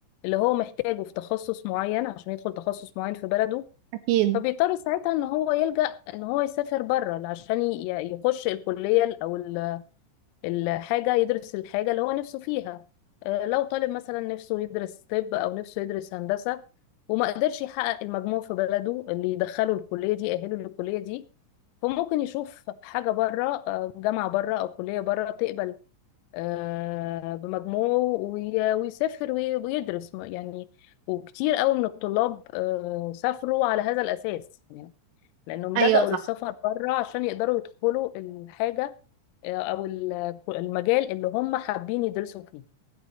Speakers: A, on the left; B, on the right.
A: اللي هو محتاجه في تخصص معين عشان يدخل تخصص معين في بلده
B: أكيد
A: فبيضطر ساعتها ان هو يلجأ ان هو يسافر بره عشان ي- يخش الكلية او ال الحاجة يدرس الحاجة اللي هو نفسه فيها آه، لو طالب مثلا نفسه يدرس طب أو نفسه يدرس هندسة وما قدرش يحقق المجموع في بلده اللي يدخله الكلية دي يأهله للكلية دي فممكن يشوف حاجة بره آه، جامعة بره أو كلية بره تقبل آه، بمجموعه وي- ويسافر وي- ويدرس م- يعني وكتير قوي من الطلاب آه، سافروا على هذا الأساس يعني لأنهم
B: أيوة
A: لجأوا
B: صح
A: للسفر بره عشان يقدروا يدخلوا الحاجة او ال- المجال اللي هم حابين يدرسوا فيه